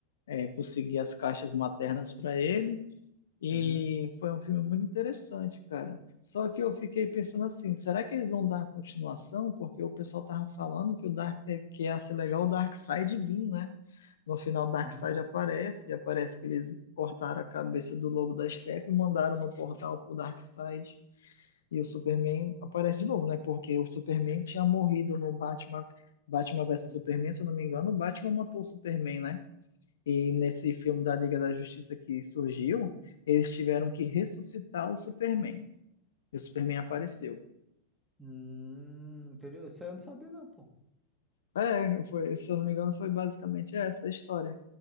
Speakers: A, on the left; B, in the centre.
A: eh, conseguir as caixas maternas para ele, e
B: Uhum,
A: foi um filme muito interessante, cara. Só que eu fiquei pensando assim, será que eles vão dar a continuação? Porque o pessoal tava falando que o Dark, é, que ia ser legal o Darkseid vir, né? No final, o Darkseid
B: uhum,
A: aparece, e aparece que eles cortaram a cabeça do Lobo da Steppe e mandaram no portal pro Darkseid. E o Superman aparece de novo, né? Porque o Superman tinha morrido no Batman, Batman vs
B: uhum,
A: Superman, se eu não me engano, o Batman matou o Superman, né? E nesse filme da Liga da Justiça que surgiu,
B: uhum.
A: eles tiveram que ressuscitar o Superman. E o Superman apareceu.
B: Hum, entendeu? Isso aí eu não sabia não, pô.
A: É, foi, se eu não me engano, foi basicamente essa a história.